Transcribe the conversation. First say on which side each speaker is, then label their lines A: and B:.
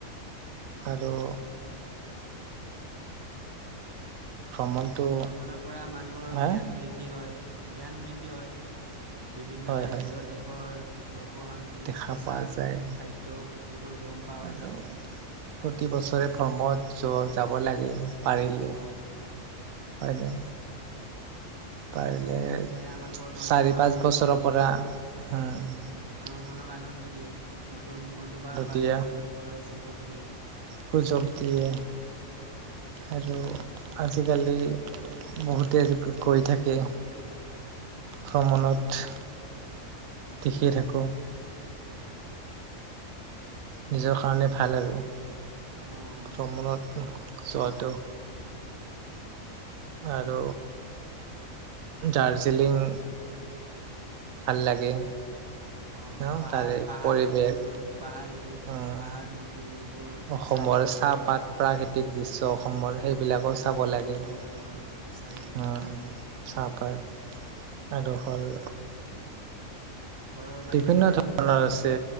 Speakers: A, on the right; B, on the right.
A: আৰু ভ্ৰমণটো
B: ভ্ৰমণৰ পৰা মানুহৰ
A: হা
B: জ্ঞান বৃদ্ধি হয় জ্ঞান বৃদ্ধি হয়। বিভিন্ন
A: হয়
B: ৰাজ্য
A: হয়
B: দেশৰ লোকসস্কৃতি
A: দেখা
B: পোচাক
A: পোৱা যায়
B: খাদ্য এইবোৰ গম পোৱা
A: আৰু
B: যায়
A: প্ৰতি বছৰে ভ্ৰমত য যাব লাগে। পাৰিলে
B: অ
A: হয় নে? পাৰিলে
B: এয়াই আমাকৰ মনক
A: চাৰি পাঁচ
B: আনন্দ
A: বছৰৰ
B: দিয়ে
A: পৰা, ও'
B: উম আমাৰ মনক আনন্দ দিয়ে। নতুন অনুভব
A: দিয়ে
B: আয়োজন কৰিবলৈ সুযোগ দিয়ে।
A: সুযোগ দিয়ে, আৰু আজিকালি বহুতে গৈ থাকে, ভ্ৰমণত। দেখি থাকোঁ নিজৰ কাৰণে ভাল আৰু।
B: উম
A: ভ্ৰমণত
B: অ
A: যোৱাটো। আৰু দাৰ্জিলিং ভাল লাগে।
B: অ'
A: ন
B: পাহাৰ-পাহাৰ
A: তাৰে পৰিৱেশ
B: এইবোৰ, পাহাৰ এইবোৰ,
A: উম
B: পাহাৰ নদী এইবোৰ
A: অসমৰ
B: চাই ভাল
A: চাহপাত,
B: লাগে
A: প্ৰাকৃতিক দৃশ্য অসমৰ,
B: উম,
A: সেইবিলাকো
B: প্ৰাকৃতিক
A: চাব লাগে।
B: দৃশ্য
A: উম,
B: অসমৰ চাই ভাল লাগে
A: চাহপাত। আৰু হ'ল
B: ঘৰৰ বাহিৰে
A: বিভিন্ন
B: ওলাই
A: ধৰণৰ
B: নতুন
A: আছে,